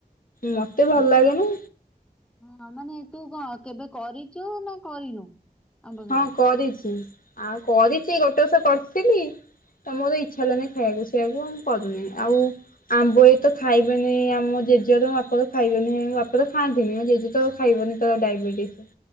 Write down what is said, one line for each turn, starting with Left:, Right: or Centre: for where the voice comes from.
Left: ମୋତେ ଭଲ
Centre: ଆଉ ତୁ
Left: ଲାଗେନି
Centre: ହଁ ମାନେ ତୁ କଣ କେବେ କରିଚୁ ନା କରିନୁ? ଆମ୍ବ ସଡା?
Left: ହଁ କରିଛି ଆଉ କରିଚି ଗୋଟେ ବର୍ଷ କରିଥିଲି ତମୋର ଇଚ୍ଛା ହେଲାନି ଖାଇବାକୁ ସେଇବାକୁ ଆଉ କରୁନି ଆଉ ଆମ୍ବ ଏଇ ତ ଖାଇବେନି ଆମ ଜେଜେ ତ ବାପେ ତ ଖାଇବେନି ମୁଁ ବାପେ ତ ଖାଆନ୍ତିନି ଆଉ ଜେଜେ ତ ଖାଇବନି। ତ ଡାଇବେିଟିସ୍।